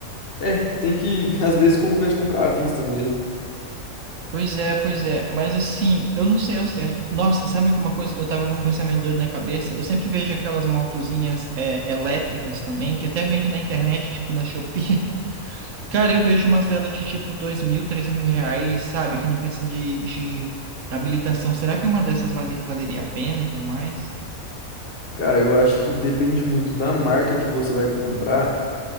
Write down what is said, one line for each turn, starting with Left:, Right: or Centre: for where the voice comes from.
Left: é, tem que, <laughs> às vezes, compensa comprar à vista mesmo.
Right: Pois é, pois é. Mas assim, eu não sei ao certo. Nossa, sabe alguma coisa? Eu tava com um pensamento doido na cabeça. Eu sempre vejo aquelas motozinhas é, elétricas também, que até vende na internet, tipo na Shopee. <laughs> Cara, eu vejo umas delas de tipo dois mil, três mil reais, sabe? Que não precisa de, de habilitação. Será que uma dessas vale- valeria a pena e tudo mais?
Left: Cara, eu acho que depende muito da marca que você vai comprar